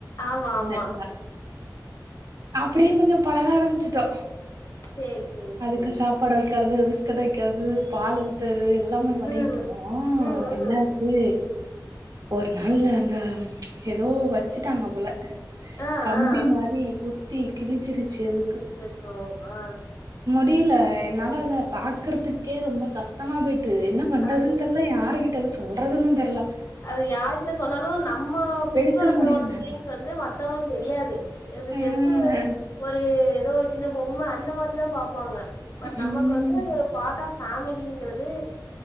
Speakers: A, on the left; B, on the right.
A: ஆமா
B: அந்தெடத்துல
A: ஆமா
B: அப்டியே கொஞ்சோ பழக ஆரம்பிச்சிட்டோ
A: சேரி சேரி
B: அதுக்கு
A: சேரி
B: சாப்பாடு வெக்கிறது பிஸ்கட்ட வெக்கிறது பால் ஊத்தறது எல்லாமே பண்ணிட்ருந்தோ
A: ம், ம்,
B: என்னாச்சு
A: ம்.
B: ஒரு நாள்ல அந்த எதோ வெச்சிட்டாங்க போல
A: ஆ,
B: கம்பி
A: ஆ.
B: மாரி குத்தி கிழிச்சிருச்சு அதுக்கு
A: அச்சச்சோ ஆ
B: முடில என்னால அத பாக்கறதுக்கே ரொம்ப கஷ்டமா போய்ட்டு என்ன பண்றதுன்
A: அது
B: தெர்ல யாருகிட்ட அத சொல்றதுன்னு தெர்ல
A: அது யாருகிட்ட சொன்னாலு நம் ம பெட்ரோளகான
B: எடுக்க முடியல
A: பீலிங்ஸ் வந்து மத்தவங்களுக்கு தெரியாது இது
B: ம்
A: ஜஸ்ட்டு ஒரு எதோ சின்ன பொம்ம அந்த மாரிதா பாப்பாங்க பட் நமக்கு
B: ம்
A: வந்து பார்ட் ஆப் ஃபேமிலிங்கிறது